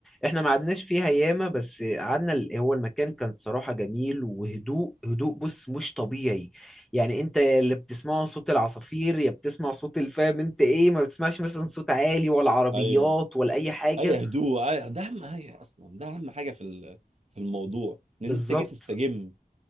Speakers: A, in the centre; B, on the right (about 45°).
A: احنا ما قعدناش فيها ياما بس قعدنا ال- هو المكان كان صراحة جميل وهدوء هدوء بص مش طبيعي يعني انت يا اللي بتسمعه صوت العصافير يا بتسمع صوت الفام انت ايه ما بتسمعش مثلا صوت عالي ولا عربيات
B: ايوه
A: ولا اي حاجة
B: اي هدوء أي... ده اهم حاجه اصلا ده اهم حاجه في ال- في الموضوع ان
A: بالظبط
B: انت جيت تستجم